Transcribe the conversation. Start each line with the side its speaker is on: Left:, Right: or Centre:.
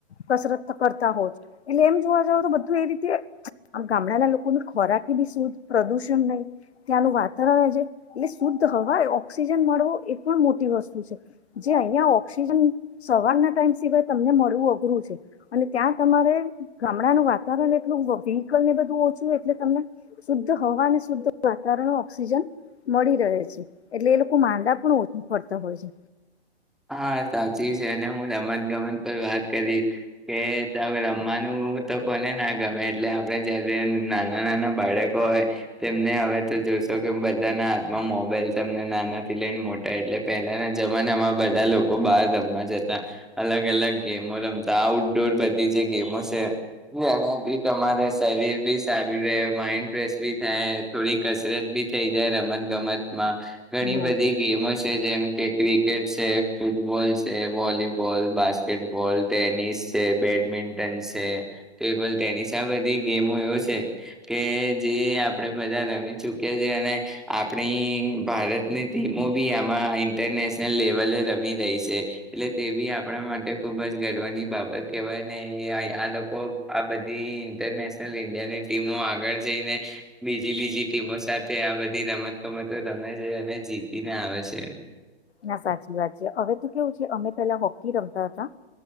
Left: કસરત કરતા હોજ એટલે એમ જોવા જાવ તો બધું એ રીતે આ ગામડાના લોકોની ખોરાકી બી શુદ્ધ પ્રદુષણ નહી ત્યાંનું વાતાવરણ છે એટલે શુદ્ધ હવા એ ઓક્સિજન મળવો એ પણ મોટી વસ્તુ છે જે અહિયાં ઓક્સિજન સવારના ટાઈમ સિવાય તમને મળવું અઘરું છે અને ત્યાં તમારે ગામડાનું વાતાવરણ એટલું વ્હીકલને બધું ઓછું એટલે તમને શુદ્ધ હવા શુદ્ધ વાતાવરણ ઓક્સિજન મળી રહે છે એટલે એ લોકો માંદા પણ ઓછું ફરતા હોય છે
Centre: હા સાચી છે અને હું રમત ગમત પર વાત કરીશ કે ત રમવાનું તો કોને ના ગમે એટલે આપડણે જયારે નાના નાના બાળકો હોય તેમને હવે તો જોશો કે બધાના હાથમાં મોબાઈલ તમને નાના થી લઈને મોટા એટલે પહેલાના જમાનામાં બા બધા લોકો બહાર રમવા જતા અલગ અલગ ગેમો રમતા આઉટડોર બધી જે ગેમો છે જેમાં બી તમારે શરીર બી સારું રહે માઈન્ડ ફ્રેશ બી થાય થોડી કસરત બી થઈ જાય રમત ગમતમાં ઘણી
Left: હા
Centre: બધી ગેમો છે જેમ કે ક્રિકેટ છે ફૂટબોલ છે વોલીબોલ બાસ્કેટબોલ ટેનિસ છે બેડમિન્ટન છે તો એલ ટેનિસ આ બધી ગેમો એવો છે કે જે આપણે બધા રમી ચુકી્યા છેીએ અને આપણી ભારતની ટીમો બી આમાં ઇન્ટરનેશનલ લેવલે રમી રમી રહી છે એટલે તે બી આપણા માટે ખુબ જ ગર્વની બાબત કેવાય ને આ લોકો આ બધી ઇન્ટરનેશનલ ઇન્ડિયાની ટીમો આગળ જઈને બીજી બીજી ટીમો સાથે આ બધી રમત ગમતો રમે છે અને જીતીને આવે છે
Left: ના સાચી વાત છે હવે ત કેવું છે અમે પેલા હોકી રમતા હતા